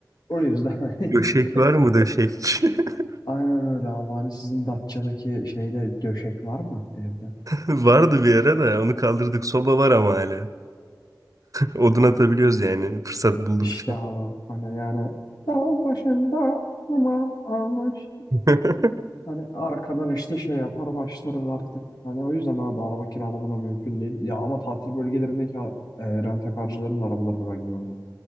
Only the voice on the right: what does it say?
döşek
var mı
döşek? <laughs>
Vardı bir ara da onu kaldırdık. Soba var ama hala. Odun atabiliyoruz yani fırsat buldukça.
<laughs>